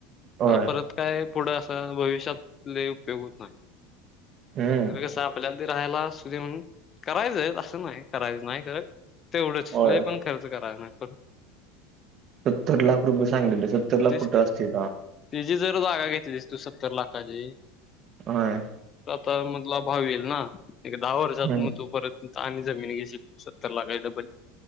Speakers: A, on the right; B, on the left.
A: होय
B: परत काय पुढं असा भविष्यात लई उपयोग होत नाही.
A: हम्म
B: तिरग सापला राहायला सुदेहुन करायचंय असं नाही करायचं नाही. कारण तेवढंच
A: होय
B: लई पण खर्च कराय नाही. परत
A: सत्तर लाख रुपये सांगितले सत्तर लाख
B: तेच
A: कुठं
B: की
A: असतील का
B: तीची जर जागा घेतली तू सत्तर लाख हजी
A: व्हय
B: त मधला भाव येईल ना. एक दहा वर्षात
A: हम्म
B: मग तो परत आणि जमीन घेशील सत्तर लाखाची डब्बल